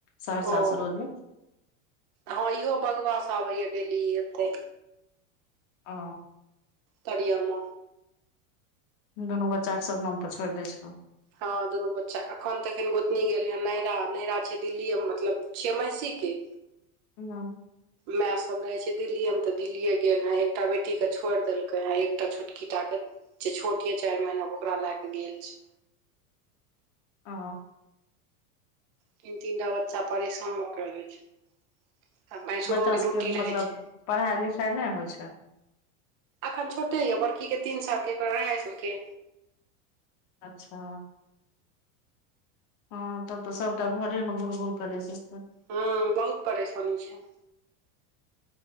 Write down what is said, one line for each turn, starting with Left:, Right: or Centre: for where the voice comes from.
Left: सहरसा
Right: ओ
Left: सुरो जे
Right: हँ इहो बगवास आबै या डेली एते
Left: ओ
Right: तड़ियाम
Left: दुनू बच्चा के सबनम पर छोइड़ दै छलहुँ
Right: हँ दुनू बच्चा एखन तऽ एखन गोतनी गेल हे नैहरा नैहरा छै दिल्लीए मतलब छिये मौसी के
Left: हँ
Right: माय सब रहे छै दिल्ली मे ते दिल्लीे गेल हे एकटा बेटी के छोड़ देल एकटा छोटकी टा के जे छोट ये चारि महीना के ओकरा लय के गेल छै
Left: ओ
Right: तीन तीन टा बच्चा परेशान कर दै छै आ भैंसुरोके
Left: बच्चा सबके
Right: ड्यूटी रहै
Left: मतलब
Right: छै
Left: पढ़ाइ लिखाइ नय होइ छै
Right: अखन छोटे यऽ बड़की के तीन साल के अढ़ाइ साल के
Left: अच्छा हँ तब तऽ सबटा घरे मे गुुर गुुर करै छै तऽ
Right: हँ बहुत परेशानी छै